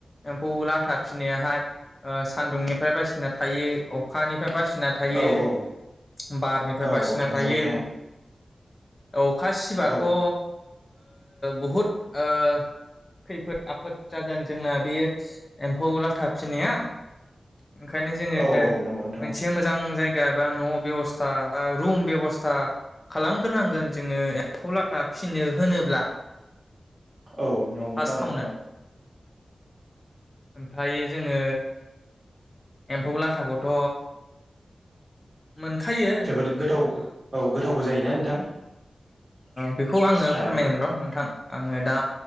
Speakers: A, on the left; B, on the right.
A: एम्फौ लाथा फिसिनायाहाय ओ सान्दुंनिफाय बायसिना थायो अखानि फाय बासिना थायो
B: औ औ
A: बारनिफाय
B: औ
A: बासिना
B: औ नंगौ
A: थायो
B: नोंथां
A: औखा सिबाथ'
B: औ
A: ओ बहुद ओ खैफोद आफोद जागोन जोंना बे एम्फौ लाथा फिनाया ओंखायनो जोङो
B: औ औ नंगौ नोंथां
A: मोनसे मोजां जायगा गाबा न' बेबस्था बा रुम बेब'स्था खालामग्रोनांगोन जोङो एम्फौ लाथा फिसिनो होनोब्ला
B: औ नंगौथ'
A: फार्स्टावनो
B: आरो नोंथां औ
A: ओमफ्रायो जोङो एम्फौ लाथाखौथ' मोनखायो
B: जोबोद गोथावबो औ गोथावबो जायोना नोंथां
A: बेखौ आङो
B: जानोबो
A: फोरमायगोन र' नोंथां आङो दा